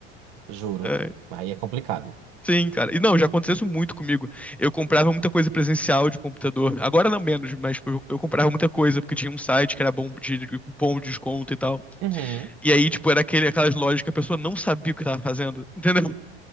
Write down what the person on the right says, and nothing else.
Juro.
Aí é complicado.
Uhum.